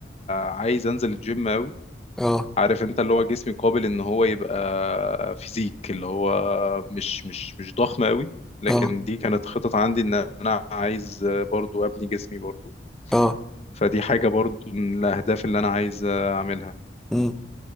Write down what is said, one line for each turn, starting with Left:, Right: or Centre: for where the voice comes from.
Left: عايز أنزل الجيم قوي
Centre: اه
Left: عارف انت اللي هو جسمي قابل ان هو يبقى فيزيك اللي هو مش مش مش ضخم قوي لكن
Centre: اه
Left: دي كانت خطط عندي ان انا عايز برضو ابني جسمي برضو
Centre: اه
Left: فدي حاجة برضو من الاهداف اللي انا عايز اعملها
Centre: مم.